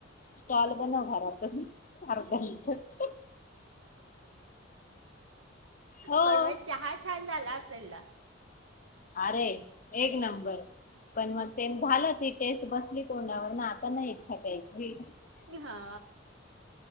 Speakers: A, on the left; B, on the right.
A: स्टॉल बनव घरातच अर्ध लिटरच हो
B: पण मग चहा छान झाला असेल ना
A: अरे एक नंबर पण मग ते झालं त टेस्ट बसली तोंडवर ना आता नाही इच्छा प्यायची
B: हा